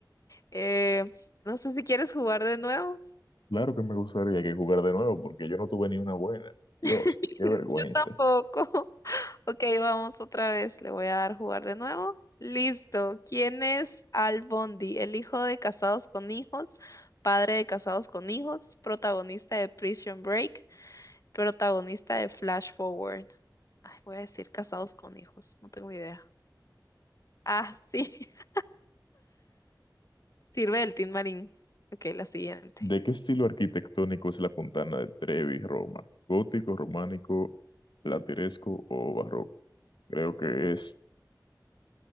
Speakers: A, on the left; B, on the left.
A: eh, no sé si quieres jugar de nuevo.
B: Claro que me gustaría que jugara de nuevo porque yo no tuve ni una buena. Dios,
A: <laughs>
B: qué vergüenza.
A: Yo tampoco. Ok, vamos otra vez. Le voy a dar jugar de nuevo. Listo. ¿Quién es Al Bundy? El hijo de Casados con Hijos, padre de Casados con Hijos, protagonista de Prison Break, protagonista de Flash Forward. Ay, voy a decir Casados con Hijos, no tengo idea. Ah, sí. <laughs> Sirve del Tin Marín. Ok, la siguiente.
B: ¿De qué estilo arquitectónico es la Fontana de Trevi, Roma? ¿Gótico, románico, plateresco o barroco? Creo que es